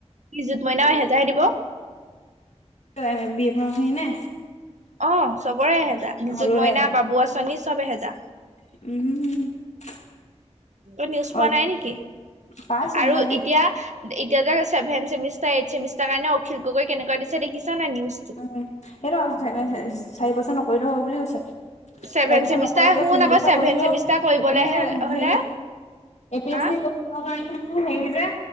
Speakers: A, on the right; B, on the left.
A: ই জুত মইনা এহেজাৰ দিব।
B: এম বি এ পঢ়াখিনি নে?
A: অ চবৰে এহেজা নিজুত
B: হলৰে
A: মইনা বাবু আচনি চব এহেজা।
B: <unintelligible>
A: ত নিউজ
B: হয়
A: পোৱা নাই নেকি
B: পাইছো
A: আৰু
B: মই
A: এতিয়া এতিয়া যে ছেভেন চেমিষ্টাৰ এইট চছেমিষ্টাৰ কাৰণে অখিল গগৈ কেনেকৈ দিছে দিখিছা নাই নিউজ
B: উম সেইটো চাৰি বছৰ নকৰিলেও হ'ব বুলি কৈছে।
A: ছেভেন
B: তাৰ পিছৰ
A: চেমিষ্টাৰ
B: নকৰিলো
A: শুন
B: তিনি
A: আকৌ
B: বছৰ
A: ছেভেন
B: কৰিলো
A: চেমিষ্টাৰ কৰিবলৈ
B: মানে
A: হলে
B: হে এ পি এছ
A: আহ
B: চি ন কাৰণো সেই যে